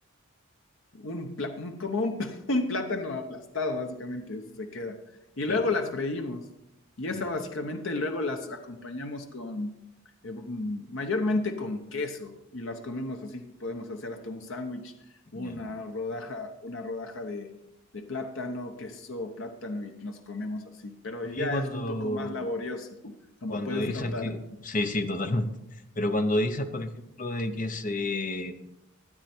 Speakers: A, on the left; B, on the left.
A: un, pla- un- como un, <laughs> un plátano aplastado, básicamente, se queda. Y luego
B: Ya,
A: las freímos. Y esa
B: mm,
A: básicamente luego las acompañamos con, eh, mm, mayormente con queso. Y las comemos así, podemos hacer hasta un sándwich, una
B: ya.
A: rodaja, una rodaja de, de plátano, queso, plátano, y nos comemos así. Pero
B: Oye,
A: ya
B: cuando,
A: es un poco más laborioso, como
B: cuando
A: puedes
B: dices
A: notar.
B: que. Sí, sí, totalmente. Pero cuando dices, por ejemplo, de que se,